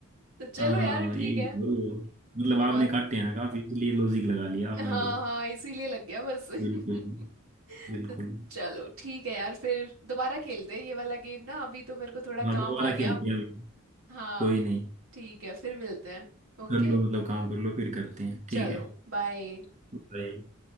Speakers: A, on the right; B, on the right.
A: तो चलो
B: हाँ
A: यार ठीक
B: ये
A: है
B: तो मतलब
A: बहुत
B: आपने काटे हैं ना काफी इसलिए लॉजिक लगा लिया आपने
A: हाँ
B: तो
A: हाँ इसीलिए लग गया बस <laughs>
B: बिल्कुल बिल्कुल
A: तो चलो ठीक है यार फिर दोबारा खेलते हैं ये वाला गेम ना अभी तो मेरे को थोड़ा काम
B: हाँ दोबारा
A: आ गया
B: खेलते हैं अभी
A: हाँ
B: कोई नहीं
A: ठीक है फिर मिलते हैं ओके
B: कर लो मतलब काम कर लो फिर करते हैं
A: चलो
B: ठीक है
A: बाय
B: बाय